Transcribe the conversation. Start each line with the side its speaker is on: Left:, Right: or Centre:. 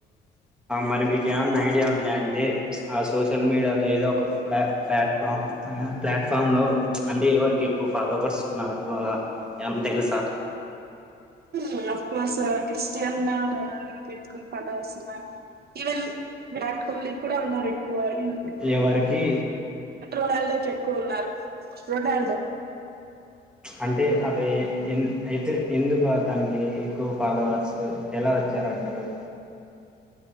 Centre: మరి మీకు ఏమన్నా ఐడియా ఉంది అంటే ఆ సోషల్ మీడియాలో ఏదో ఒక ప్లా ప్లాట్ఫామ్ ప్లాట్ఫామ్లో అంటే ఎవరి ఎక్కువ ఫాలోవర్స్ ఉన్నారు అవాల ఏంత తెలుసా
Right: హమ్ ఆఫ్ కోర్స్ క్రిస్టియన్ ఎకో పద వస్తున్నా ఈవెలా విరాట్ కోహ్లీ కూడా ఉన్నారు డిక్క
Centre: ఎవరికి
Right: రొనాల్డో క ఎక్కువ ఉన్నారు రొనాల్డో
Centre: అంటే అది ఎ ఎందుకుతనికి ఎక్కువ ఫాలోవర్స్ ఎలా వచ్చారు అన్నారురు